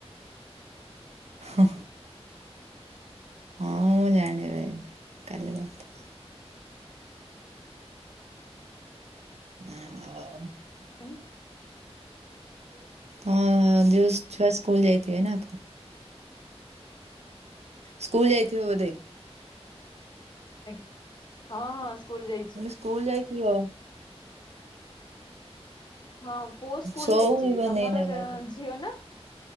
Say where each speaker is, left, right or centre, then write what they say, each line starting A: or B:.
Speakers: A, on the right; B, on the left.
A: ହୁଁ। ହଁ ମୁଁ ଜାଣିପାଇଲି କାଲି କଥା ହେଉଥିଲେ। ହଁ ହଉ
B: ହୁଁ। ହ
A: ହଁ ଯୋଉ ଛୁଆ ସ୍କୁଲ ଯାଇଥିବେ ନା? ସ୍କୁଲ ଯାଇଥିବ ବୋଧେ।
B: ଆଜ୍ଞା ହଁ ହଁ ସ୍କୁଲ ଯାଇଛି।
A: ମାନେ ସ୍କୁଲ ଯାଇଥିବ।
B: ହଁ ପୁଅ ସ୍କୁଲ
A: ଶୋଇବନି
B: ଯାଇଛି ତମର
A: ଏଇନା କା
B: ଝିଅ ନା